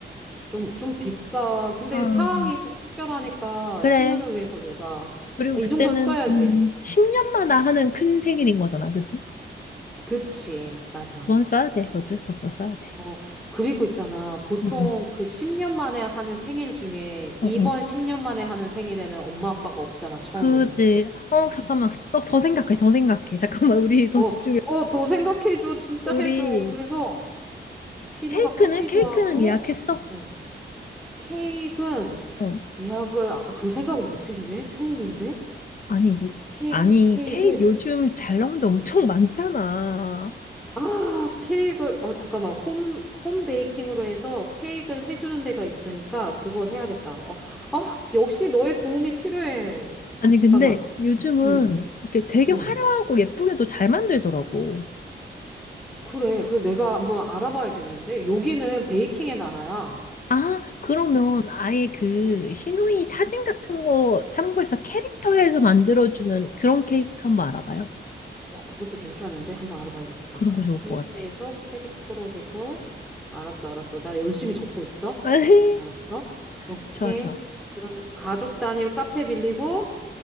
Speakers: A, in the centre; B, on the left (about 45°).
A: 좀, 좀 비싸. 근데
B: 아,
A: 상황이 좀 특별하니까
B: 그래.
A: 신우를 위해서 내가
B: 그리고
A: 아,
B: 그때는
A: 이 정도는 써야지.
B: 음, 10년마다 하는 큰 생일인 거잖아, 그치?
A: 그치. 맞아.
B: 그건 써야 돼. 어쩔 수 없어, 써야 돼.
A: 어, 그리고 있잖아. 보통
B: 응응.
A: 그 10년 만에 하는 생일 중에 이번
B: 응응.
A: 10년 만에 하는 생일에는 엄마 아빠가 없잖아. 처음으로.
B: 그지. 어, 잠깐만. 또, 더 생각해, 더 생각해. <laughs> 잠깐만, 우리 더
A: 어,
B: 집중해보자.
A: 어, 더 생각해줘. 진짜
B: 우리,
A: 해줘. 그래서 신우가
B: 케이크는?
A: 커피
B: 케이크는
A: 좋아하고
B: 예약했어?
A: 어, 케이크는
B: 어.
A: 예약을 아, 그 생각을 못했네. 생일인데
B: 아니, 뭐,
A: 케
B: 아니,
A: 케이크를
B: 케이크 요즘 잘 나온 데 엄청 많잖아.
A: 아 케이크를 어 잠깐만 홈 홈 베이킹으로 해서 케이크를 해주는 데가 있으니까 그걸 해야겠다. 어, 아 역시 너의 도움이 필요해.
B: 아니,
A: 잠깐만.
B: 근데 요즘은
A: 응
B: 이렇게 되게
A: 응.
B: 화려하고 예쁘게도 잘 만들더라고.
A: 그래. 그 내가 한번 알아봐야겠는데 여기는 베이킹의 나라야.
B: 아, 그러면 아예 그
A: 그럼.
B: 시누이 사진 같은 거 참고해서 캐릭터에서 만들어주는 그런 케이크 한번 알아봐요.
A: 어, 그것도 괜찮은데? 한번 알아봐야겠다. 잠깐만.
B: 그런 거 좋을
A: 케이크에서
B: 것 같아.
A: 캐릭터로 해서. 알았어, 알았어. 나 열심히 적고 있어.
B: <laughs>
A: 알았어. 오케이.
B: 좋아, 좋아.
A: 그러면 가족 단위로 카페 빌리고,